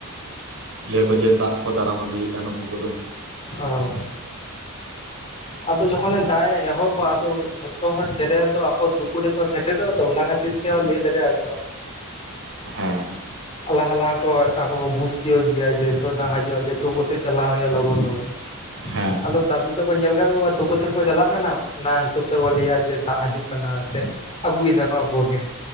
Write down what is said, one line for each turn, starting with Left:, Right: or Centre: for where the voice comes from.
Right: ᱞᱟᱹᱭᱟᱠᱚ ᱡᱮ ᱫᱟᱜ ᱠᱚ ᱫᱟᱨᱟᱢ ᱟᱹᱜᱩᱭᱮᱫᱼᱟ ᱱᱩᱠᱩ ᱠᱚᱫᱚ᱾
Left: ᱚ ᱟᱫᱚ ᱡᱚᱠᱷᱚᱱᱮ ᱫᱟᱜ ᱮ ᱮᱦᱚᱵᱟ ᱟᱫᱚ ᱡᱷᱚᱛᱚ ᱦᱚᱲ ᱪᱮᱬᱮ ᱫᱚ ᱟᱠᱚ ᱛᱩᱠ ᱛᱩᱠᱟᱹ ᱨᱮᱠᱚ ᱥᱮᱴᱮᱨᱚᱜᱼᱟ ᱛᱚ ᱚᱱᱟ ᱠᱷᱟᱹᱛᱤᱨ ᱛᱮᱦᱚᱸ ᱞᱟᱹᱭ ᱫᱟᱲᱮᱭᱟᱜᱼᱟ ᱟᱠᱚ
Right: ᱦᱮᱸ
Left: ᱞᱟᱦᱟ ᱞᱟᱦᱟ ᱠᱚ ᱟᱠᱚ ᱠᱚ ᱵᱩᱡ ᱛᱤᱭᱟᱜ ᱜᱮᱭᱟ ᱡᱮ ᱱᱤᱛᱚᱜ ᱫᱟᱜ ᱦᱤᱡᱩᱜᱼᱟ ᱫᱮ ᱛᱩᱯᱩ ᱥᱮᱫ ᱪᱟᱞᱟᱣ ᱦᱩᱭᱩᱜᱼᱟ ᱞᱚᱜᱚᱱ ᱞᱚᱜᱚᱱ
Right: ᱦᱮᱸ
Left: ᱟᱫᱚ ᱫᱟᱫᱩ ᱛᱟᱠᱚ ᱧᱮᱞ ᱟᱠᱟᱫ ᱠᱚᱣᱟ ᱛᱩᱠᱟᱹ ᱥᱮᱫ ᱠᱚ ᱪᱟᱞᱟᱜ ᱠᱟᱱᱟ ᱚᱱᱟ ᱦᱤᱥᱟᱹᱵ ᱛᱮᱵᱚ ᱞᱟᱹᱭᱟ ᱡᱮ ᱫᱟᱜ ᱦᱤᱡᱩᱜ ᱠᱟᱱᱟ ᱥᱮ ᱟᱹᱜᱩᱭᱮᱫᱟ ᱠᱚ ᱟᱵᱚᱜ ᱜᱮ